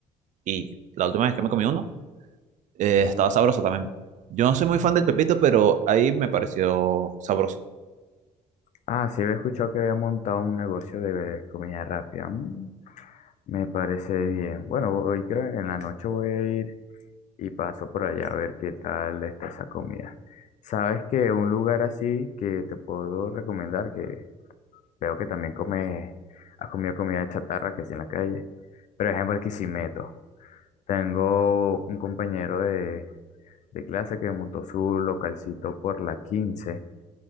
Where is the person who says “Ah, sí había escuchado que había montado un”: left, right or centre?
Left